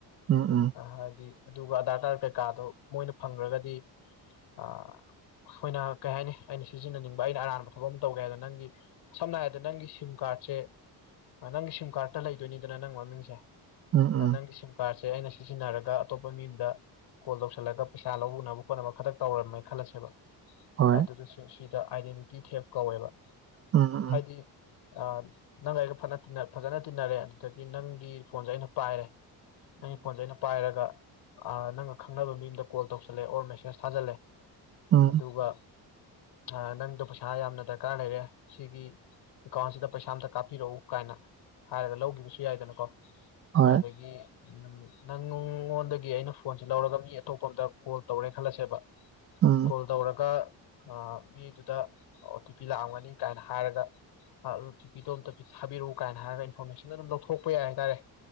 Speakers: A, on the right (about 35°); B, on the left (about 75°).
A: ꯎꯝ ꯎꯝ
B: <unintelligible> ꯑꯗꯨꯒ ꯑꯙꯔ ꯀꯥꯔ ꯀꯩꯀꯥꯗꯣ ꯃꯣꯏꯅ ꯐꯪꯈ꯭ꯔꯒꯗꯤ ꯑ ꯑꯩꯈꯣꯏꯅ ꯀꯩ ꯍꯥꯏꯅꯤ ꯑꯩꯅ ꯁꯤꯖꯤꯟꯅꯅꯤꯡꯕ ꯑꯩꯅ ꯑꯔꯥꯟꯕ ꯊꯕꯥꯛ ꯑꯃ ꯇꯧꯒꯦ ꯍꯥꯏꯗ ꯅꯪꯒꯤ ꯁꯝꯅ ꯍꯥꯏꯔꯕꯗ ꯅꯪꯒꯤ ꯁꯤꯝ ꯀꯥꯔꯗꯁꯦ ꯅꯪꯒꯤ ꯁꯤꯝ ꯀꯥꯔꯠꯇ ꯂꯩꯗꯣꯏꯅꯤꯗꯅ ꯅꯪ ꯃꯃꯤꯡꯁꯦ
A: ꯎꯝ ꯎꯝ
B: ꯅꯪꯒꯤ ꯁꯤꯝ ꯀꯥꯔꯠꯁꯦ ꯑꯩꯅ ꯁꯤꯖꯤꯟꯅꯔꯒ ꯑꯇꯣꯞꯄ ꯃꯤꯗ ꯀꯣꯜ ꯇꯧꯁꯜꯂꯒ ꯄꯩꯁꯥ ꯂꯧ ꯎꯅꯕ ꯈꯣꯠꯅꯕ ꯈꯛꯇ ꯇꯧꯔꯝꯃꯦꯅ ꯈꯜꯂꯁꯦꯕ
A: ꯍꯣꯏ
B: ꯑꯗꯨ ꯁꯤꯗ ꯑꯥꯏꯗꯦꯟꯇꯤꯇꯤ ꯊꯦꯞ ꯀꯧꯋꯦꯕ
A: ꯎꯝ ꯎꯝ
B: ꯍꯥꯏꯗꯤ ꯑ ꯅꯪꯒ ꯑꯩꯒ ꯐ ꯐꯖꯅ ꯇꯤꯟꯅꯔꯦ ꯑꯗꯨꯗꯒꯤ ꯅꯪꯒꯤ ꯐꯣꯟꯁꯦ ꯑꯩꯅ ꯄꯥꯏꯔꯦ ꯑꯩ ꯐꯣꯟꯁꯦ ꯑꯩꯅ ꯄꯥꯏꯔꯒ ꯅꯪꯒ ꯈꯪꯅꯕ ꯃꯤ ꯑꯃꯗ ꯀꯣꯜ ꯇꯧꯁꯜꯂꯦ ꯑꯣꯔ ꯃꯦꯁꯦꯖ ꯊꯥꯖꯜꯂꯦ
A: ꯎꯝ ꯎꯝ
B: ꯑꯗꯨꯒ ꯑ ꯅꯪꯗꯣ ꯄꯩꯁꯥ ꯌꯥꯝꯅ ꯗꯔꯀꯥꯔ ꯂꯩꯔꯦ ꯁꯤꯒꯤ ꯑꯦꯀꯥꯎꯟꯁꯤꯗ ꯄꯩꯁꯥ ꯑꯃꯝꯇ ꯀꯥꯞꯄꯤꯔꯛꯎ ꯀꯥꯏꯅ ꯍꯥꯏꯔꯒ ꯂꯧꯈꯤꯕꯁꯨ ꯌꯥꯏꯗꯅꯀꯣ
A: ꯍꯣꯏ
B: ꯑꯗꯒꯤ ꯅꯪ ꯑꯩꯅ ꯐꯣꯟꯁꯦ ꯂꯧꯔꯒ ꯃꯤ ꯑꯇꯣꯞꯄ ꯑ ꯑꯃꯗ ꯀꯣꯜ ꯇꯧꯔꯦ ꯈꯜꯂꯁꯦꯕ
A: ꯎꯝ
B: ꯀꯣꯜ ꯇꯧꯔꯒ ꯃꯤꯗꯨꯗ ꯑꯣ ꯇꯤ ꯄꯤ ꯂꯥꯛꯑꯝꯒꯅꯤ ꯀꯥꯏꯅ ꯍꯥꯏꯔꯒ ꯑꯗꯨ ꯇꯤ ꯄꯤꯗꯣ ꯑꯝꯇ ꯊꯥꯕꯤꯔꯛꯎ ꯀꯥꯏꯅ ꯍꯥꯏꯔꯒ ꯏꯟꯐꯣꯔꯃꯦꯁꯟ ꯑꯗꯨꯝ ꯂꯧꯊꯣꯛꯄ ꯌꯥꯏ ꯍꯥꯏꯇꯥꯔꯦ